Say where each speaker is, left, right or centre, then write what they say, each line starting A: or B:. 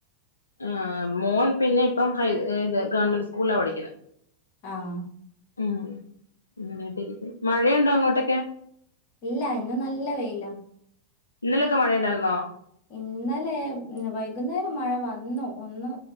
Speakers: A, on the left; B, on the left.
A: ആഹ് മോൻ പിന്നെ ഇപ്പം ഹൈ ഏത് ഗവൺമെന്റ് സ്കൂൾലാ പഠിക്ക്‌ന്നെ
B: ആഹ്
A: ഉം അങ്ങനയക്കെയിരിക്ക്‌ന്ന് മഴയൊണ്ടോ അങ്ങോട്ടക്കെ
B: ഇല്ല ഇന്ന് നല്ല വെയ്ലാ
A: ഇന്നലക്കെ മഴയ്ണ്ടാരുന്നോ
B: ഇന്നലെ മ്മ് വൈകുന്നേരം മഴ വന്നു ഒന്ന്